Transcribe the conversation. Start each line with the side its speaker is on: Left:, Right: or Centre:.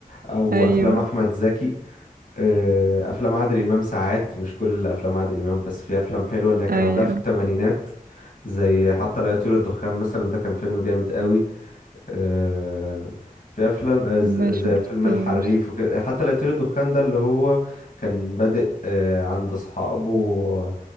Left: او
Right: ايوه
Left: افلام احمد زكي آه، افلام عادل امام ساعات مش كل افلام عادل امام بس في افلام حلوه اللي كان
Right: ايوه
Left: عاملها في الثمانينات زي حتى لا يطير الدخان مثلا ده كان فيلم جامد قوي آه، في افلام آه، ز-
Right: ما
Left: زي
Right: شفتوش
Left: فيلم الحريف وكده حتى لا يطير الدخان ده اللي هو كان بادئ آه، عند اصحابه